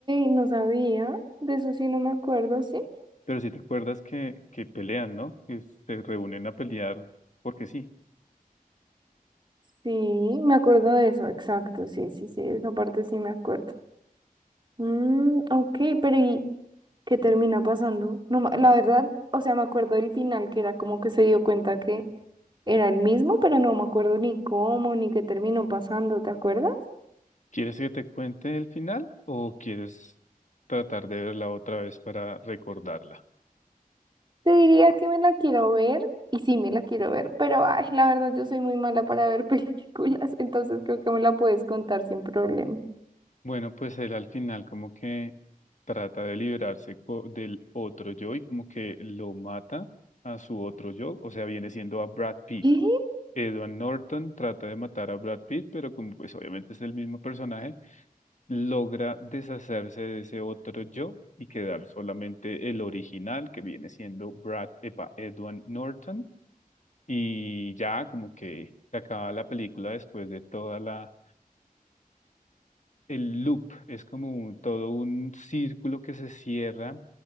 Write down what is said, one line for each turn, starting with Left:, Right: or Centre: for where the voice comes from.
Right: no sabía. De eso sí no me acuerdo, sí.
Left: Pero si te acuerdas que, que pelean, ¿no? Que se reúnen a pelear porque sí.
Right: Sí, me acuerdo de eso, exacto. Sí, sí, sí, esa parte sí me acuerdo. Mm, ok, pero ¿y qué termina pasando? No, ma- la verdad, o sea, me acuerdo del final que era como que se dio cuenta que era el mismo, pero no me acuerdo ni cómo, ni qué terminó pasando, ¿te acuerdas?
Left: ¿Quieres que te cuente el final o quieres tratar de verla otra vez para recordarla?
Right: Te diría que me la quiero ver, y sí me la quiero ver, pero ay, la verdad yo soy muy mala para ver <laughs> películas, entonces creo que me la puedes contar sin problema.
Left: Bueno, pues él al final como que trata de liberarse co- del otro yo y como que lo mata a su otro yo, o sea, viene siendo a Brad Pitt.
Right: ¿Qué?
Left: Edward Norton trata de matar a Brad Pitt, pero como pues obviamente es el mismo personaje, logra deshacerse de ese otro yo y quedar solamente el original que viene siendo Brad, epa, Edward Norton y ya como que se acaba la película después de toda la el loop es como un- todo un círculo que se cierra